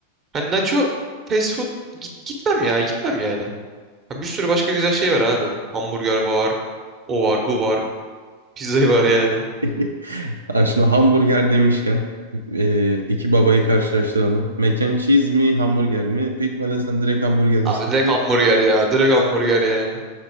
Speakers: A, on the right (about 25°); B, on the right (about 80°).
A: hani nacho fast food git, gitmem ya gitmem yani. Ha, bir sürü başka güzel şey var abi. Hamburger var. O var bu var. <laughs> Pizza var yani.
B: <laughs> Ha, şimdi hamburger demişken e, iki babayı karşılaştıralım. Mac and cheese mi hamburger mi? Büyük ihtimalle sen direkt hamburger
A: Abi
B: diyeceksin.
A: direkt hamburger
B: <laughs>
A: ya. Direkt hamburger yani.